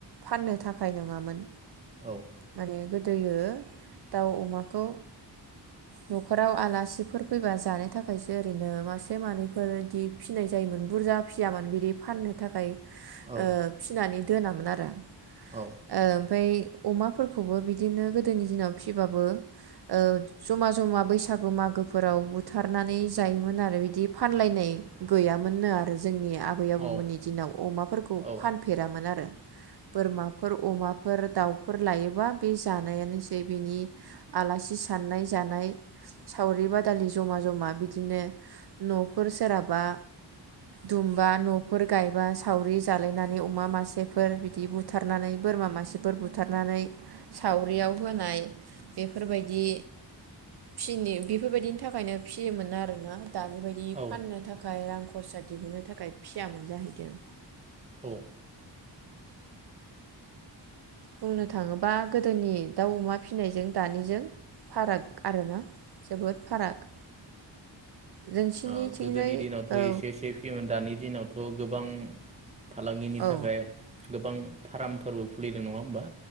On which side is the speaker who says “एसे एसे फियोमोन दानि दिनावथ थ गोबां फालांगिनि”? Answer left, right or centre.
Right